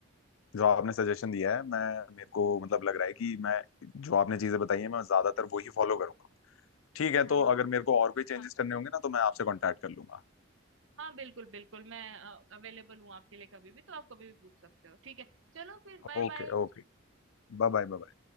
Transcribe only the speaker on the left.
जो आपने सजेशन दिया है मैं मेरे को मतलब लग रहा है कि मैं जो आपने चीजें बताई हैं मैं ज्यादातर वो ही फॉलो करूंगा ठीक है
तो
अगर मेरे को और कोई चेंजेस करने होंगे ना तो मैं आपसे कांटेक्ट कर लूंगा
Okay
okay Bye bye bye